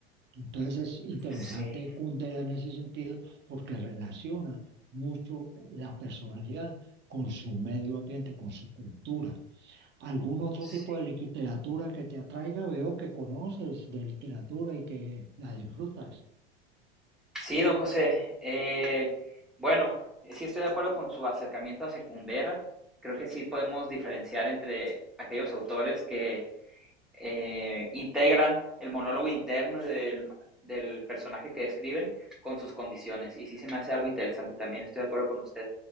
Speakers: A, on the right; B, in the centre.
A: Entonces es interesante
B: sí,
A: Kundera en ese sentido porque relaciona mucho la personalidad con su medio ambiente, con su cultura. ¿Algún otro
B: sí.
A: tipo de literatura que te atraiga? Veo que conoces de literatura y que la disfrutas.
B: Sí, don José, eh, bueno, sí estoy de acuerdo con su acercamiento a Secundera. Creo que sí podemos diferenciar entre aquellos autores que eh, integran el monólogo interno del, del personaje que describen con sus condiciones. Y sí se me hace algo interesante también, estoy de acuerdo con usted.